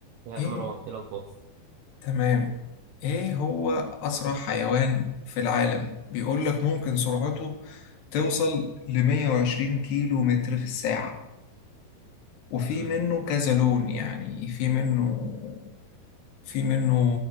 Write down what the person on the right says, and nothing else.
يا
مروان ايه الاخبار
امم